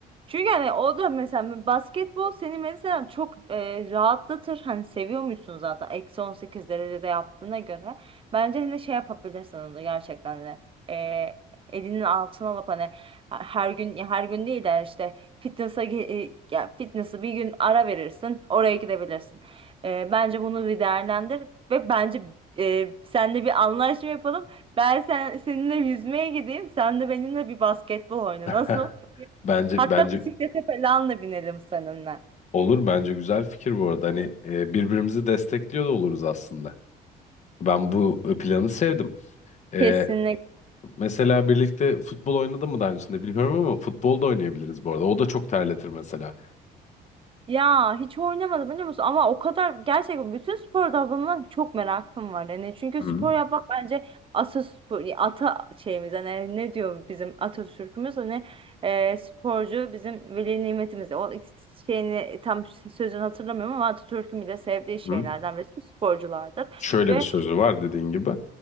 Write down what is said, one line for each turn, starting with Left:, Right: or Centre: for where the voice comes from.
Right: çünkü hani o da mesela basketbol seni mesela çok e, rahatlatır. Hani seviyor musun zaten eksi 18 derecede yaptığına göre. Bence hani şey yapabilirsin onu gerçekten de. E, elinin altına alıp hani her gün ya her gün değil de işte fitness'a ge- e, ya fitness'ı bir gün ara verirsin. Oraya gidebilirsin. E, bence bunu bir değerlendir ve bence e, seninle bir anlaşma yapalım. Ben sen, seninle yüzmeye gideyim. Sen de benimle bir basketbol oyna.
Left: Heh,
Right: Nasıl?
Left: bence
Right: Hatta
Left: bence
Right: bisiklete falan da binelim seninle.
Left: Olur bence güzel fikir bu arada. Hani e, birbirimizi destekliyor da oluruz aslında. Ben bu e, planı sevdim. E,
Right: Kesinlikle.
Left: mesela birlikte futbol oynadı mı daha öncesinde bilmiyorum ama futbol da oynayabiliriz bu arada. O da çok terletir mesela.
Right: Ya hiç oynamadım biliyor musun? Ama o kadar gerçekten bütün spor dallarından çok merakım var. Yani çünkü
Left: Hı
Right: spor yapmak bence ataspor, ata şeyimiz hani ne diyor bizim Atatürk'ümüz hani e, sporcu bizim veli nimetimiz. O şeyini tam sözünü hatırlamıyorum ama Atatürk'ün bile sevdiği
Left: hı.
Right: şeylerden birisi sporculardır.
Left: Şöyle
Right: Ve
Left: bir sözü var dediğin gibi.